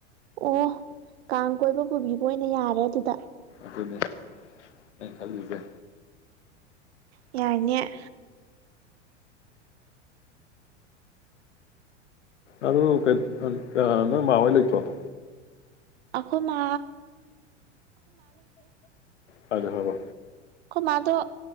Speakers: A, on the right; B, on the left.
A: ꯑꯣ ꯀꯥꯡ ꯀꯣꯏꯕ ꯄꯨꯕꯤꯕ ꯑꯣꯏꯅ ꯌꯥꯔꯦ ꯑꯗꯨꯗ
B: ꯑꯗꯨꯅꯦ ꯑꯩꯅ ꯈꯜꯂꯤꯁꯦ
A: ꯌꯥꯏꯅꯦ
B: ꯑꯗꯨ ꯀꯩ ꯑ ꯅꯣꯏ ꯃꯥꯑꯣꯏ ꯂꯩꯇꯔꯣ
A: ꯑꯩꯈꯣꯏ ꯃꯥ
B: ꯇꯥꯗꯦ ꯍꯥꯏꯔꯣ
A: ꯑꯩꯈꯣꯏ ꯃꯥꯗꯣ